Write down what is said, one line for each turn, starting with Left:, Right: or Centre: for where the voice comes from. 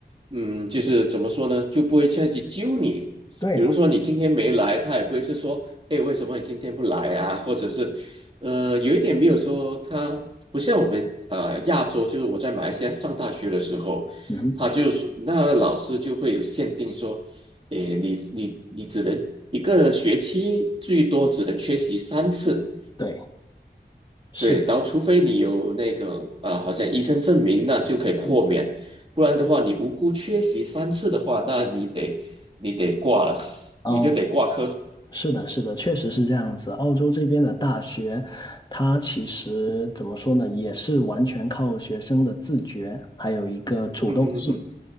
Right: 嗯，就是怎么说呢，就不会太去揪你。
Left: 对，
Right: 比如说你今天没来，他也不会是说，哎，为什么你今天不来啊？或者是，呃，有一点没有说他不像我们呃亚洲，就是我在马来西亚上大学的时候。
Left: 嗯，
Right: 他就说，那老师就会有限定说，诶，你你你只能一个学期最多只能缺席三次，
Left: 对，是的，
Right: 对，然后除非你有那个啊，呃好像医生证明，那就可以豁免，
Left: 嗯，
Right: 不然的话，你无辜缺席三次的话，那你得你得挂了，<laughs>
Left: 啊。
Right: 你就得挂科。
Left: 是的，是的，确实是这样子。澳洲这边的大学，它其实怎么说呢，也是完全靠学生的自觉，还有一个主动性。
Right: 嗯哼哼哼，